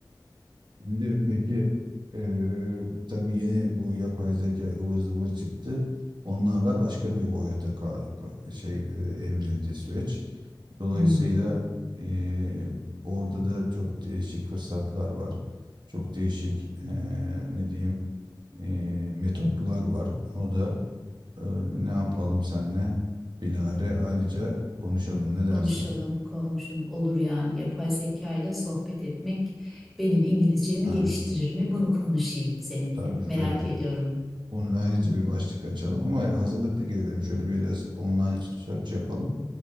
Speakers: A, on the right; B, in the centre.
A: Şimdi peki eee tabii yeni bu yapay zeka ıvır zıvır çıktı. Onlarla başka bir boyuta ka- ka- şey eee, evrildi süreç. Dolayısıyla
B: Hı hı.
A: eee, orada da çok değişik fırsatlar var. Çok değişik eee, ne diyeyim eee, metotlar var. Onu da eee, ne yapalım senle bilahare ayrıca konuşalım ne
B: Konuşalım,
A: dersin?
B: konuşalım. Olur yani. Yapay zeka ile sohbet etmek benim İngilizcemi
A: Ha,
B: geliştirir mi? Bunu konuşayım seninle.
A: tabii
B: Merak
A: tabii
B: ediyorum.
A: Onu da ayrıca bir başlık açalım ama hazırlıklı gelelim. Şöyle biraz online search yapalım.